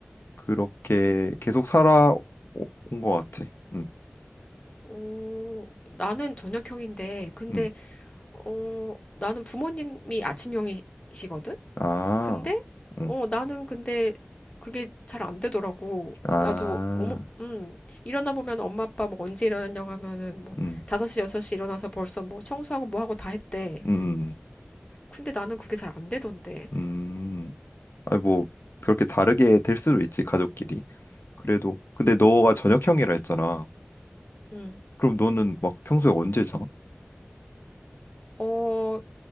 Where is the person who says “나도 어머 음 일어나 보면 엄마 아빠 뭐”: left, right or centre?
Left